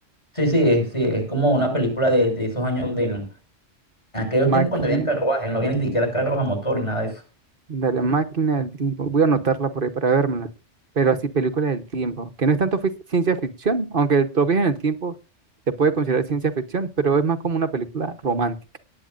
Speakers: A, on the left; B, on the right.
A: Sí, sí, es- sí, es como una película de, de esos años de aquellos tiempos
B: Maqui,
A: cuando había carruajes, no había ni siquiera carros a motor ni nada de eso.
B: de la máquina del tiempo. Voy a anotarla por ahí para vérmela. Pero así, película del tiempo, que no es tanto fi- ciencia ficción, aunque el- los viajes en el tiempo se puede considerar ciencia ficción, pero es más como una película romántica.